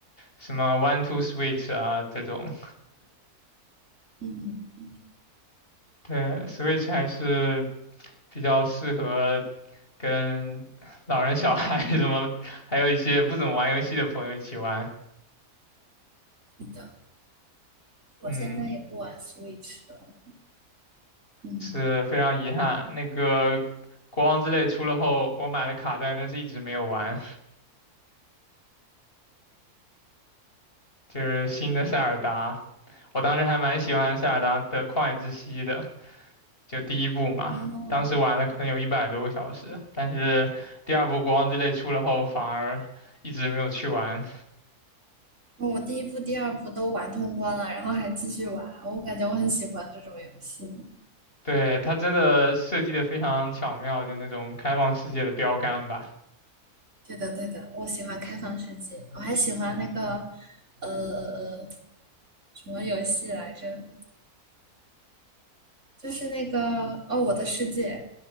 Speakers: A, on the left; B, on the right.
A: 什么 One Two Switch 啊这种。
B: 嗯，
A: 对，Switch 还是比较适合跟老人、小孩 <laughs> 什么，还有一些不怎么玩游戏的朋友一起玩。
B: 是的，我现在也不玩
A: 嗯，
B: Switch 了。嗯，
A: 是非常遗憾。那个国王之泪出了后，我买了卡带，但是一直没有玩，<laughs> 就是新的塞尔达。我当时还蛮喜欢塞尔达的旷野之息的，就第一部嘛。
B: 哦。
A: 当时玩了可能有一百多个小时，但是第二部国王之泪出了后，反而一直没有去玩。
B: 嗯我第一部、第二部都玩通关了，然后还继续玩，我感觉我很喜欢这种游戏。
A: 对，它真的设计的非常巧妙，就那种开放世界的标杆吧。
B: 对的，对的，我喜欢开放世界，我还喜欢那个，呃呃，呃，什么游戏来着？就是那个哦，《我的世界》。